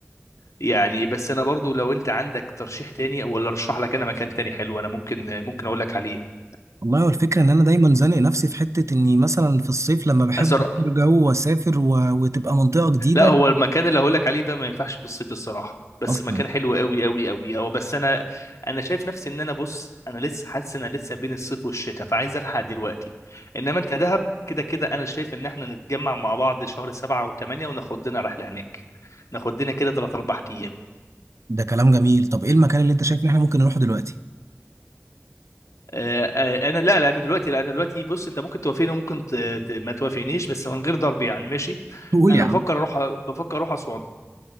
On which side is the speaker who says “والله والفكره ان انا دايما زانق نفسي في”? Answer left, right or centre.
Right